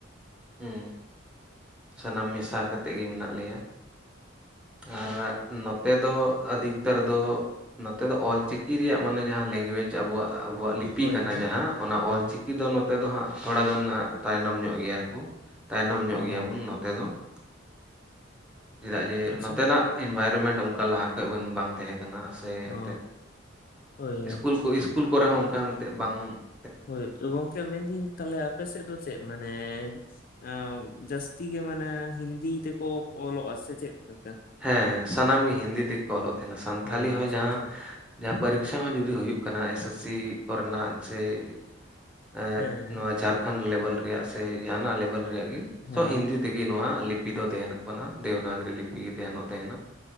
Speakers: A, in the centre; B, on the left.
A: ᱦᱮᱸ। ᱥᱟᱱᱟᱢ ᱢᱮᱥᱟ ᱠᱟᱛᱮᱫ ᱜᱮ ᱢᱮᱱᱟᱜ ᱞᱮᱭᱟ। ᱟᱨ ᱱᱚᱛᱮ ᱫᱚ ᱟᱹᱰᱤᱫᱛᱟᱹᱨ ᱫᱚ ᱼᱼ ᱱᱚᱛᱮ ᱫᱚ ᱚᱞᱪᱤᱠᱤ ᱨᱮᱭᱟᱜ ᱢᱟᱱᱮ ᱡᱟᱦᱟᱸ ᱞᱮᱝᱜᱩᱭᱮᱡᱽ ᱟᱵᱚᱣᱟᱜ ᱟᱵᱚᱣᱟᱜ ᱞᱤᱯᱤ
B: ᱦᱳᱭ
A: ᱠᱟᱱᱟ
B: ᱦᱳᱭ
A: ᱡᱟᱦᱟᱸ᱾ ᱚᱱᱟ
B: ᱦᱳᱭ
A: ᱚᱞᱪᱤᱠᱤ ᱼᱼ ᱪᱤᱠᱤ ᱫᱚ ᱱᱚᱛᱮ ᱫᱚ ᱦᱟᱸᱜ ᱛᱷᱚᱲᱟ ᱜᱟᱱ ᱦᱟᱸᱜ ᱛᱟᱭᱱᱚᱢ ᱧᱚᱜ ᱜᱮᱭᱟ ᱠᱚ ᱛᱟᱭᱱᱚᱢ
B: ᱚ
A: ᱧᱚᱜ ᱜᱮᱭᱟᱵᱚᱱ ᱱᱚᱛᱮ ᱫᱚ᱾ ᱟᱸ ᱪᱮᱫᱟᱜ ᱡᱮ
B: ᱟᱪᱪᱷᱟ
A: ᱱᱚᱛᱮᱱᱟᱜ ᱼᱼ ᱤᱱᱵᱷᱟᱭᱨᱢᱮᱱᱴ ᱚᱱᱠᱟ ᱞᱟᱦᱟ ᱠᱷᱚᱡ ᱵᱟᱱ, ᱵᱟᱝ ᱛᱟᱦᱮᱸ ᱠᱟᱱᱟ᱾ ᱥᱮ
B: ᱚ
A: ᱮᱱᱛᱮᱫ,
B: ᱦᱳᱭ ᱦᱳᱭ
A: ᱤᱥᱠᱩᱞ ᱠᱚ ᱤᱥ ᱠᱩᱞ ᱠᱚᱨᱮ ᱦᱚᱸ ᱚᱱᱠᱟ ᱢᱤᱫᱛᱮᱡ ᱵᱟᱝ ᱼᱼ
B: ᱦᱳᱭ ᱜᱚᱝᱠᱮ ᱢᱮᱱᱫᱟᱹᱧ ᱛᱟᱦᱟᱞᱮ ᱟᱯᱮᱥᱮᱫ ᱫᱚ ᱪᱮᱫ? ᱢᱟᱱᱮ ᱼᱼ ᱮᱸ ᱡᱟᱹᱥᱛᱤ ᱜᱮ ᱢᱟᱱᱮ ᱦᱤᱱᱫᱤ ᱛᱮᱠᱚ ᱚᱞᱚᱜᱼᱟ ᱥᱮ ᱪᱮᱫᱞᱮᱠᱟ?
A: ᱦᱮᱸ ᱦᱮᱸ ᱥᱟᱱᱟᱢ ᱜᱮ ᱦᱤᱱᱫᱤ ᱛᱮᱜᱮ ᱠᱚ ᱚᱞᱚᱜ ᱛᱟᱦᱮᱱᱟ᱾ ᱥᱟᱱᱛᱷᱟᱞᱤ
B: ᱚ
A: ᱦᱚᱸ
B: ᱟᱪᱪᱷᱟ
A: ᱡᱟᱦᱟᱸ
B: ᱟᱪᱪᱷᱟ
A: ᱼᱼ ᱡᱟᱦᱟᱸ ᱯᱚᱨᱤᱠᱠᱷᱟ ᱦᱚᱸ ᱡᱩᱫᱤ ᱦᱩᱭᱩᱜ ᱠᱟᱱᱟ ᱮᱥ ᱮᱥᱥᱤ ᱠᱚᱨᱮᱱᱟᱜ ᱪᱮ ᱼᱼ
B: ᱦᱮᱸ
A: ᱱᱚᱣᱟ ᱡᱷᱟᱲᱠᱷᱚᱸᱰ ᱞᱮᱵᱮᱞ ᱨᱮᱭᱟᱜ ᱥᱮ ᱡᱟᱦᱟᱱᱟᱜ ᱞᱮᱵᱮᱞ ᱨᱮᱭᱟᱜ ᱜᱮ,
B: ᱦᱮᱸ
A: ᱛᱚ ᱦᱤᱱᱫᱤ ᱛᱮᱜᱮ ᱱᱚᱣᱟ ᱞᱤᱯᱤ ᱫᱚ ᱛᱟᱦᱮᱱᱚᱜ ᱠᱟᱱᱟ ᱫᱮᱵᱽᱱᱟᱜᱚᱨᱤ ᱞᱤᱯᱤ ᱜᱮ ᱛᱟᱦᱮᱱᱚᱜ ᱛᱟᱦᱮᱱᱟ᱾